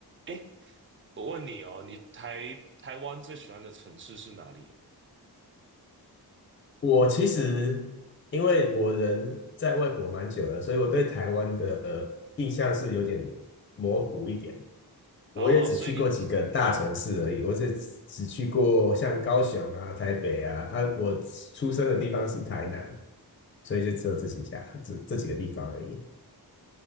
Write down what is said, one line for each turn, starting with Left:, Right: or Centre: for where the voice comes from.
Right: 哎，我问你哦，你台台湾最喜欢的城市是哪里
Left: 我其实因为我人在外国蛮久了，所以我对台湾的印象是有点模糊一点。我也只去过几个大城市而已，
Right: 啊？哦，所以你，
Left: 我只只去过像高雄啊、台北啊，啊，我出生的地方是台南，所以就只有这几家、这这几个地方而已。